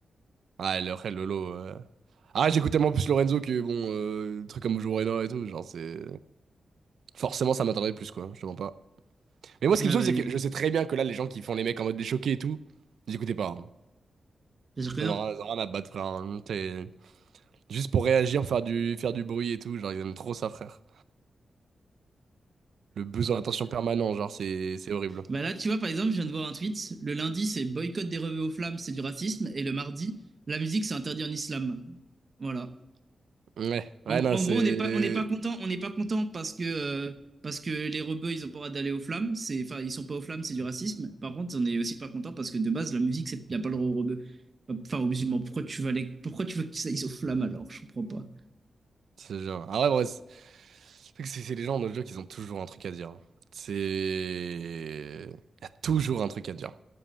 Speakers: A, on the right (about 80°); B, on the right (about 40°).
A: Ah, le Rel Lolo. euh. Ah, j'écoute tellement plus Lorenzo que, bon, euh, le truc comme Joe Reno et tout, genre, c'est. Forcément, ça m'attendait plus, quoi, je te mens pas. Mais moi, ce qui
B: Ah
A: me saoule,
B: bah,
A: c'est
B: bien
A: que je sais très bien que là, les gens qui font les mecs en mode des choqués et tout, ils écoutaient pas. hein.
B: sûr que
A: Ils
B: non.
A: en ont rien ils en ont rien à battre, frère. hein. T'es- Juste pour réagir, faire du, faire du bruit et tout. Genre, ils aiment trop ça, frère. Le besoin d'attention permanent, genre, c'est c'est horrible.
B: Bah là, tu vois, par exemple, je viens de voir un tweet. Le lundi, c'est boycott des revues aux flammes, c'est du racisme, et le mardi, la musique, c'est interdit en islam. Voilà.
A: Ouais,
B: En,
A: ouais,
B: gr-
A: non,
B: en
A: c'est.
B: gros, on n'est pas, on n'est pas content, on n'est pas content parce que, euh, parce que les rebeux, ils ont pas le droit d'aller aux flammes. C'est, enfin, ils sont pas aux flammes, c'est du racisme. Par contre, on est aussi pas content parce que de base, la musique, c'est, y a pas le droit aux rebeux. Enfin, aux musulmans. Pourquoi tu vas les, pourquoi tu veux qu'ils aillent aux flammes alors? Je comprends pas.
A: C'est genre. Ah ouais, ouais, c'est c'est que c'est- c'est les gens dans le jeu qui ont toujours un truc à dire. hein. C'est. Il y a toujours un truc à dire.